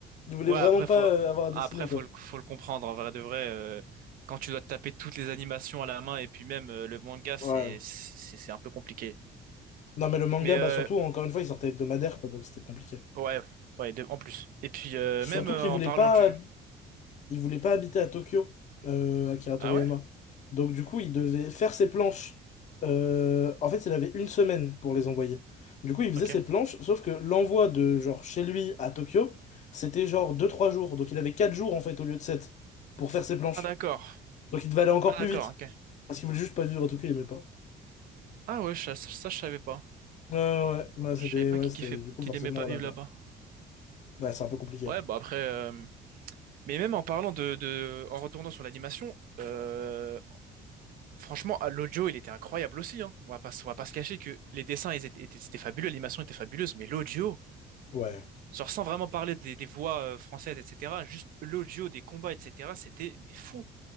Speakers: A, on the left; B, on the right.
A: il voulait
B: Ouais,
A: vraiment
B: après
A: pas
B: faut
A: euh, avoir à dessiner,
B: après
A: quoi.
B: faut le faut le comprendre en vrai de vrai euh, quand tu dois te taper toutes les animations à la main et puis même euh, le manga c'est
A: Ouais.
B: c'est c'est un peu compliqué.
A: Non, mais le manga,
B: Mais
A: bah,
B: euh,
A: surtout, encore une fois, il sortait hebdomadaire, quoi, donc c'était compliqué.
B: ouais, ouais, de- en plus. Et puis euh,
A: Surtout
B: même euh,
A: qu'il voulait
B: en parlant
A: pas,
B: du
A: il voulait pas habiter à Tokyo, euh, Akira Toriyama.
B: Ah ouais?
A: Donc du coup, il devait faire ses planches. Euh, en fait, il avait une semaine pour les envoyer. Du coup, il faisait
B: OK.
A: ses planches, sauf que l'envoi de genre chez lui à Tokyo, c'était genre deux trois jours. Donc il avait 4 jours en fait au lieu de 7 pour faire ses planches.
B: Ah d'accord.
A: Donc il devait aller encore
B: Ah
A: plus
B: d'accord,
A: vite.
B: OK.
A: Parce qu'il voulait juste pas vivre à Tokyo, il aimait pas.
B: Ah ouais, ça, ça, ça, je savais pas.
A: Ouais, ouais, ouais. Ouais,
B: Je
A: c'était,
B: savais pas
A: ouais,
B: qu'il
A: c'était,
B: kiffait
A: du coup,
B: qu'il
A: forcément,
B: aimait pas
A: voilà
B: vivre
A: quoi.
B: là-bas.
A: Ouais, c'est un peu compliqué.
B: Ouais, bah après euh, mais même en parlant de de en retournant sur l'animation, euh, Franchement, ah, l'audio, il était incroyable aussi, hein. On va pas, se- on va pas se cacher que les dessins, ils étaient, étaient- c'était fabuleux, l'animation était fabuleuse, mais l'audio,
A: Ouais.
B: genre sans vraiment parler des, des voix euh, françaises, etc., juste l'audio des combats, etc., c'était mais fou.